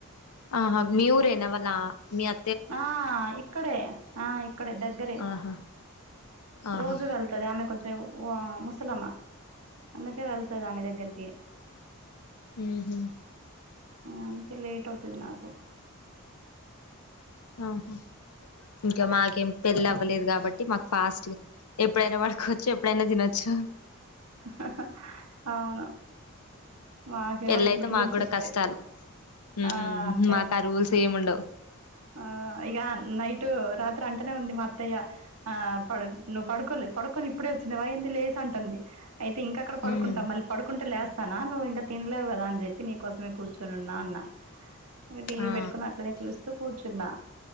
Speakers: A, on the left; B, on the right.
A: ఆహా మీ ఊరేనా వాళ్ల ఆ
B: ఆ ఇక్కడే ఆ ఇక్కడే దగ్గరే
A: ఆహా ఆహా
B: రోజు వెళ్తా ది ఆమె కొంచెం ముసలామా అందుకే వెళ్తది ఆమె దగ్గరికి
A: ఉహ
B: అందుకే లేట్ అవుతుది నాకు
A: ఆహా ఇంకా మాకేం పెళ్లి అవ్వలేదు కాబట్టి మాకు ఫాస్ట్ ఎప్పుడైనా పడుకోవచ్చు ఎప్పుడైనా తినొచ్చు
B: హా హా అవును మాకేమో
A: పెళ్ళయితే
B: ఇట్లా రూల్స్
A: మాకు కూడా
B: ఉంటాయి
A: కష్టాలు ఉమ్
B: ఆ అంతే
A: మాకు ఆ రూల్స్ ఏం ఉండవు
B: ఆ ఇక నైటు రాత్రి అంటనే ఉంది మా అత్తయ్య ఆ ప నువ్వు పడుకోలే పడుకొని ఇప్పుడే వచ్చినావ ఏంది లేసి అంటుంది అయితే ఇంకేక్కడ పడుకుంటా
A: ఉమ్
B: మళ్ళీ పడు కుంటే లేస్తానా నువ్వు ఇంకా తినలేవు కదా అని చెప్పి నీకోసమే కూర్చొనిన్నా అన్నా ఇక టీవీ
A: ఆ
B: పెట్టుకొని అట్లనే చూస్తూ కూర్చున్నా